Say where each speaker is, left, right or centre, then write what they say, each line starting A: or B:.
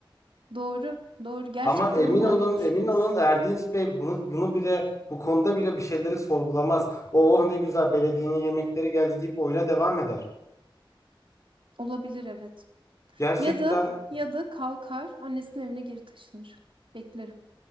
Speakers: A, on the right (about 70°); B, on the left (about 35°).
A: Doğru, doğru. Gerçekten
B: Ama emin
A: o
B: olun
A: hale düşeriz.
B: emin olun Erdinç Bey bunu bunu bile bu konuda bile bir şeyleri sorgulamaz. Oh ne güzel belediyenin yemekleri geldi deyip oyuna devam eder.
A: Olabilir, evet.
B: Gerçekten
A: Ya da ya da kalkar, annesinin evine geri taşınır. Beklerim.